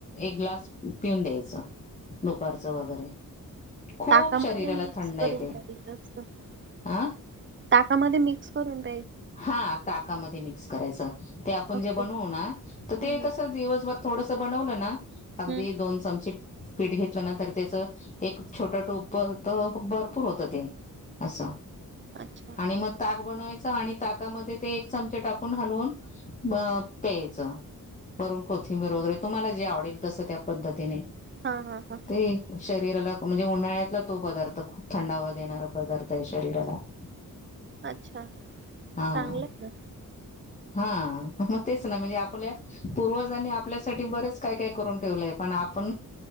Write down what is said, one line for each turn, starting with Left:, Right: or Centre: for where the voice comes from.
Left: ग्लास पिऊन द्यायचं दुपारचं वगैरे- खूप
Right: टाकामध्ये
Left: शरीराला
Right: मिक्स
Left: थंड
Right: करून
Left: येते
Right: ट्याई जास्त <inaudible>
Left: आ
Right: ताकामध्ये मिक्स करून <inaudible>
Left: हा ताकामध्ये मिक्स करायचं ते आपण
Right: ओके
Left: जे बनवू ना
Right: हम्म
Left: तर ते
Right: हम्म
Left: कस दिवसभर थोड- बनवलं ना अगदी
Right: हम्म
Left: दोन चमचे <inaudible> पीठ घेतलं ना तर त्याच एक छोट टोप तर भरपूर होतं ते- असं
Right: अच्छा
Left: आणि मग ताग बनवायच आणि- ताकामध्ये ते एक चमचे टाकून हलवून प्यायचं <inaudible> पररून कोथिंबी-र वगैरे तुम्हाला जे आवडेल तसं त्या पद्धतीने
Right: हा- हा- हा-
Left: ते शरीराला म्हणजे उन्हाळ्यातला तो पदार्थ खूप थंडावा देणारा पदार्थ आहे शरीराला <inaudible>
Right: अच्छा
Left: हा
Right: चांगलं ना-
Left: हा मग तेच ना म्हणजे आपल्या पूर्वजांनी आपल्यासाठी बरेच काय काय करून ठेवलंय पण- आपण